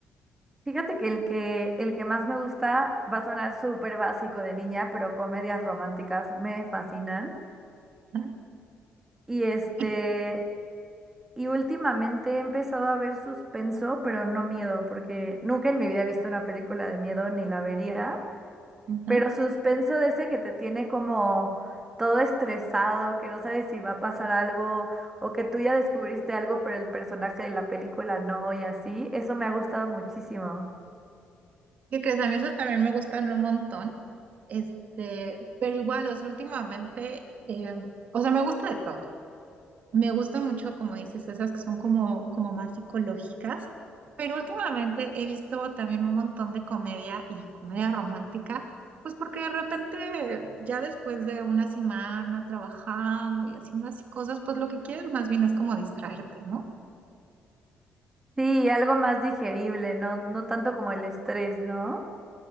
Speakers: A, on the right (about 15°); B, on the right (about 50°).
A: Fíjate que el que el que más me gusta va a sonar súper básico de niña, pero comedias románticas me fascinan.
B: Ujú.
A: Y este
B: Y-
A: y últimamente he empezado a ver suspenso, pero no miedo, porque nunca en mi vida he visto una película de miedo ni la vería.
B: ujú.
A: Pero suspenso de ese que te tiene como todo estresado, que no sabes si va a pasar algo o que tú ya descubriste algo, pero el personaje de la película no y así, eso me ha gustado muchísimo.
B: ¿Qué crees? A mí esos también me gustan un montón. Este, pero igual, o sea, últimamente, eh, o sea, me gusta de todo. Me gusta mucho, como dices, esas que son como, como más psicológicas, pero últimamente he visto también un montón de comedia y comedia romántica, pues porque de repente ya después de una semana trabajando y haciendo así cosas, pues lo que quieres más bien es como distraerte, ¿no?
A: Sí, algo más digerible, no, no tanto como el estrés, ¿no?